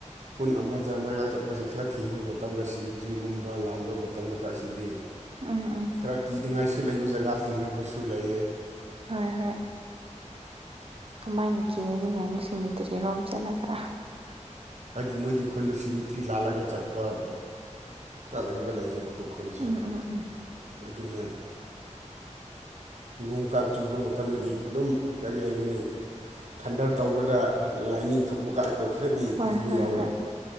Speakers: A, on the right; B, on the right.
A: ꯈꯨꯟ ꯑꯃꯗ ꯃꯩꯔꯥꯛ ꯆꯠꯄꯁꯤ ꯈꯔ ꯊꯤꯡꯕ ꯃꯇꯝꯗ ꯁꯤꯃꯤꯇ꯭ꯔꯤꯒꯨꯝꯕ ꯂꯥꯟꯕ ꯃꯇꯝꯗ ꯈꯛꯁꯤꯗꯤ
B: ꯎꯝ ꯎꯝ
A: ꯈꯔ ꯀꯤꯅꯤꯡꯉꯥꯏꯁꯨ ꯂꯩꯕ ꯖꯒꯥ ꯊꯦꯡꯅꯕꯁꯨ ꯂꯩꯑ
B: ꯍꯣꯏ ꯍꯣꯏ ꯀꯃꯥꯏꯅ ꯀꯤꯅꯅꯤꯡꯉꯥꯏꯅꯣ ꯁꯤꯕꯤꯗ꯭ꯔꯦꯔꯣꯝ ꯆꯠꯂꯒ
A: ꯍꯥꯏꯗꯤ ꯃꯣꯏꯒꯤ ꯑꯩꯈꯣꯟꯗꯣ ꯁꯤꯃꯤꯇ꯭ꯔꯤ ꯂꯥꯜꯂꯒ ꯆꯠꯄ ꯂꯩꯕ ꯂꯩꯌꯦꯕꯣ ꯈꯨꯈꯨꯜꯁꯦ
B: ꯎꯝ ꯎꯝ ꯎꯝ
A: ꯑꯗꯨꯅ ꯅꯣꯡ ꯀꯥ ꯆꯨꯕ ꯃꯇꯝꯗꯗꯤ ꯑꯗꯨꯝ ꯀꯔꯤ ꯍꯥꯏꯒꯅꯤ ꯊꯟꯗꯔ ꯇꯧꯕꯗ ꯂꯥꯏꯅꯤꯡ ꯊꯣꯛꯄꯒꯇꯣ ꯈꯔꯗꯤ
B: ꯍꯣꯏ
A: ꯀꯤꯕ
B: ꯍꯣꯏ
A: ꯌꯥꯎꯋꯦ
B: ꯍꯣꯏ